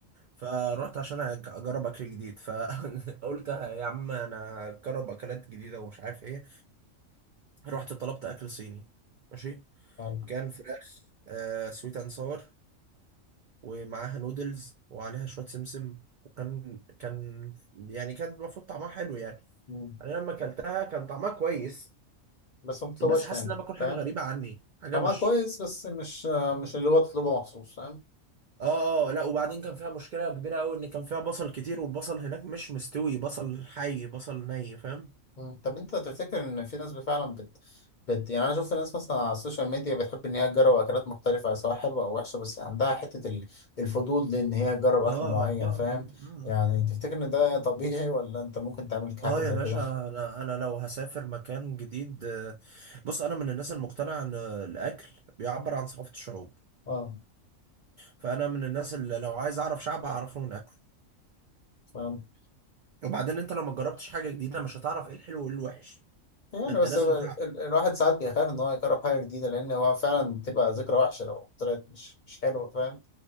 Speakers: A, on the right; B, on the left.
A: فروحت عشان أج- اجرب اكل جديد فقلت <laughs> يا عم انا اجرب اكلات جديده ومش عارف ايه رحت طلبت اكل صيني ماشي
B: يعني
A: كان فراخ آه سويت اند ساور ومعاها نودلز وعليها شويه سمسم وكان كان يعني كان المفروض طعمها حلو يعني
B: مم.
A: انا لما اكلتها كان طعمها كويس
B: بس ما بتطلبهاش
A: بس حاسس
B: تاني
A: ان انا باكل
B: فاهم
A: حاجه غريبه عني حاجه
B: طعمها
A: مش
B: كويس بس مش مش اللي هو تطلبه مخصوص فاهم
A: اه اه لا وبعدين كان فيها مشكله كبيره قوي ان كان فيها بصل كتير والبصل هناك مش مستوي بصل حي بصل ني فاهم
B: مم. طب انت تفتكر ان في ناس فعلا بت... بت يعني انا شفت ناس مثلا على السوشيال ميديا بتحب ان هي تجرب اكلات مختلفه سواء حلوه او وحشه بس عندها حته ال- الفضول لان هي تجرب اكل
A: اه
B: معين
A: اه اه
B: فاهم
A: اه
B: يعني
A: اه آه
B: تفتكر ان ده طبيعي ولا انت ممكن تعمل حاجه
A: آه
B: زي
A: يا باشا
B: كده
A: انا انا لو هسافر مكان جديد آه، بص انا من الناس المقتنعه ان الاكل بيعبر عن ثقافه الشعوب
B: اه
A: فانا من الناس اللي لو عايز اعرف شعب اعرفه من اكله
B: فاهم
A: وبعدين انت لو ما جربتش حاجه جديده مش هتعرف ايه الحلو وايه الوحش
B: يعني
A: ما انت
B: بس
A: لازم
B: ال...
A: تعرف
B: ال... الواحد ساعات بيخاف ان هو يجرب حاجه جديده لان هو فعلا بتبقى ذكرى وحشه لو طلعت مش مش حلوه فاهم